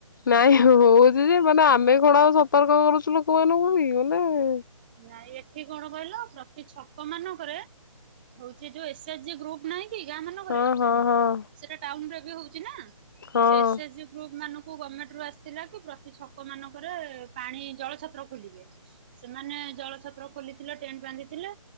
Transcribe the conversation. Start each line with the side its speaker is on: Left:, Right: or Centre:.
Left: ନାଇଁ ହଉଚି ଯେ ମାନେ ଆମେ କଣ ଆଉ ସତର୍କ କରୁଚୁ ଲୋକମାନଙ୍କୁ କି ମାନେଏ।
Right: ନାଇଁ ଏଠି କଣ କହିଲ ପ୍ରତି ଛକ ମାନଙ୍କରେ ହଉଚି ଯୋଉ ଏସ ଏଚଜିି ଗ୍ରୁପ ନାହିଁ କି ଗାଁ ମାନଙ୍କରେ
Left: ହଁ ହଁ ହଁ
Right: ସେଟା ଟାଉନରେ ପିହୁ। ଚି ନା
Left: ହଁ
Right: ସେ ଏସ୍ ଏଚଜି ଗ୍ରୁପ୍ ମାନଙ୍କୁ ତୁ ଗମେଣ୍ଟ ରୁ ଆସିତିଲା କି ପ୍ରତି ଛକ ମାନଙ୍କରେ ପାଣି ଜଳ ଛତ୍ର ଖୋଲିବେ । ସେମାନେ ଜଳ ଛତ୍ର ଖୋଲିଥିଲେ ଟେଣ୍ଟ ବାନ୍ଧିଥିଲେ